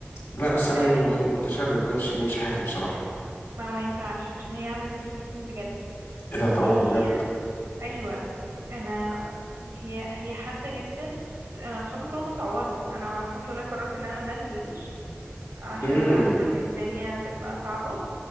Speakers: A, on the left; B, on the right.
A: لا بس انا
B: آه
A: يعني متشرد بمشي بمشي حافي بصراحه
B: ما ما ينفعش عشان هي عامله زي السكاكين بجد
A: ايه ده هتعور
B: هي
A: بجد
B: ايوه انا هي هي حاده جدا انا اصحابي كلهم اتعوروا انا الحمد لله قررت ان انا ما انزلش عشان
A: امم
B: انا عارفه ان الدنيا تبقى صعبه